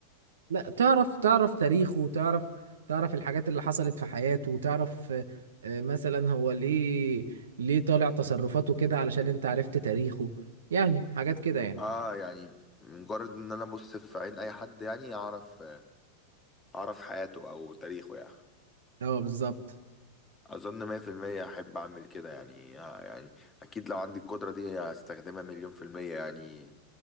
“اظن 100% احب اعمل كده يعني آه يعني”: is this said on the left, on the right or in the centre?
Left